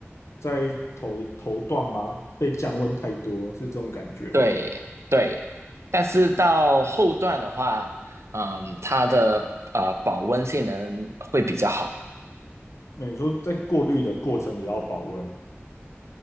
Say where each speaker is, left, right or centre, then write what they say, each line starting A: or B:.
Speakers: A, on the left; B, on the right.
A: 在头头段吗？被降温太多是这种感觉吗？
B: 对对，但是到后段的话，嗯，它的呃保温性能会比较好。
A: 那你说在过滤的过程也要保温，